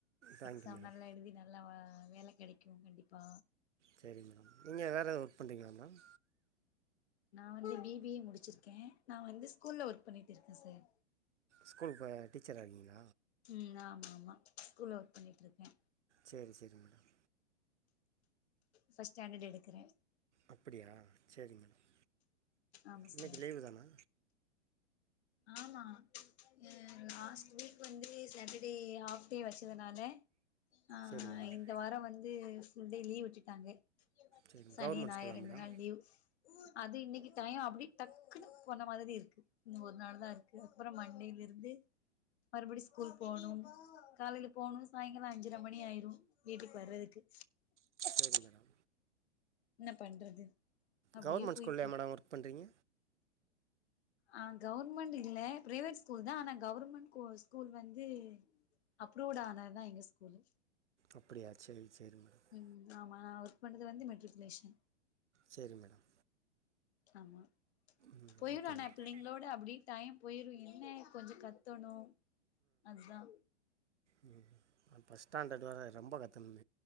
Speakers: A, on the right; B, on the left.
A: தேங்க்யூ
B: எக்ஸாம்
A: மேடம்
B: நல்லா யெழுதி நல்லா வேல கெடைக்கும் கண்டிப்பா
A: சரி மேம் நீங்க வேற யேதாது ஒர்க் பண்ணுறீங்களா மேம்
B: நா வந்து பி பி ஏ முடிச்சிருக்கேன் நான் வந்து ஸ்கூல்ல ஒர்க் பண்ணிட்டுருக்கேன் சார்
A: ஸ்கூல் ப டீச்சரா நீங்க
B: உம் ஆமா ஆமா ஸ்கூல்ல ஒர்க் பண்ணிட்ருக்கே
A: சேரி சேரி மேடம்
B: ஃபர்ஸ்ட் ஸ்டாண்டர்டு எடுக்றே
A: அப்படியா சேரி மேடம்
B: ஆமா
A: இன்னைக்கு
B: சார்
A: லீவு தானா
B: ஆமா ஹ் லாஸ்ட் வீக் வந்து சாட்டர்டே ஹாஃப் டே வச்சதுனால ஆஹ்
A: சரி மேடம்
B: இந்த வார வந்து ஃபுல் டே லீவு விட்டுட்டாங்க
A: சரி
B: சனி
A: கவர்மெண்ட்
B: நாயரு
A: ஸ்கூலா
B: ரெண்டு
A: மேடம்
B: நாள் லீவ் அது இன்னைக்கு டையோ அப்டி டக்குன்னு போன மாதிரிருக்கு இந்த ஒர்க் நல்லா இருக்கு அப்புற மண்டேலெருந்து மறுபடியு ஸ்கூல் போனும் காலையில போணும் சாயங்கால அஞ்சரை மணி ஆயிரு வீட்டுக்கு வர்றதுக்கு
A: சேரி மேடம்
B: என்ன பண்றது அப்டியே
A: கவர்மெண்ட்
B: போய்ட்ருக்
A: ஸ்கூல்லையா மேடம் ஒர்க் பண்ணுறீங்க
B: ஆஹ் கவுவர்மெண்ட் இல்ல பிரைவேட் ஸ்கூல் தா ஆனா கவர்மெண்ட் கொ ஸ்கூல் வந்து அப்ரூவ்ட் ஆனதுதா எங்க ஸ்கூலு
A: அப்டியா செரி செரி மேடம்
B: ம் ஆமா நா ஒர்க் பண்றது வந்து மெட்ரிகுலேஷன்
A: செரி மேடம்
B: ஆமா
A: ம்
B: போய்ர்வானப்
A: ஓகே மேடம்
B: எங்களோட அப்டி டைம் போயிரு என்ன கொஞ்சொ கத்தணு அதுதா
A: ம் ஃபஸ்ட் ஸ்டாண்டட் இதுவத ரொம்ப கத்தனுமே